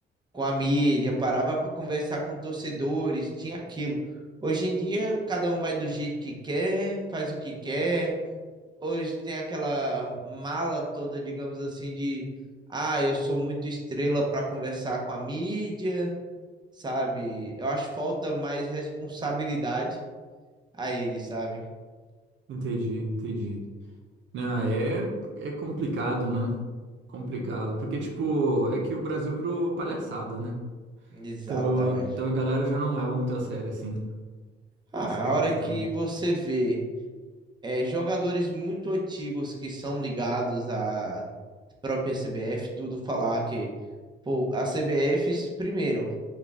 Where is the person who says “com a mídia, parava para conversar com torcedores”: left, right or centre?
Right